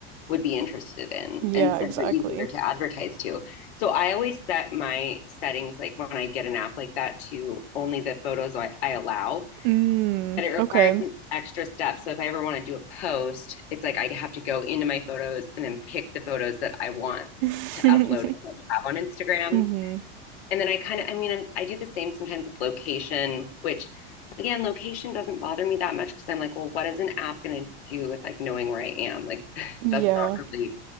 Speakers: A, on the left; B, on the right.
A: would be interested in
B: Yeah,
A: and so
B: exactly.
A: they're easier to advertise to. So I always set my settings like when I get an app like that to only the photos I, I allow,
B: Mm,
A: but it requires
B: okay.
A: some extra steps. So if I ever want to do a post, it's like I have to go into my photos and then pick the photos that I want
B: <laughs>
A: to upload and have on Instagram.
B: hmm
A: And then I kind of, I mean, I'm, I do the same sometimes with location, which again, location doesn't bother me that much because I'm like, well, what is an app going to do with like knowing where I am? Like, <laughs>
B: Yeah.
A: that's not really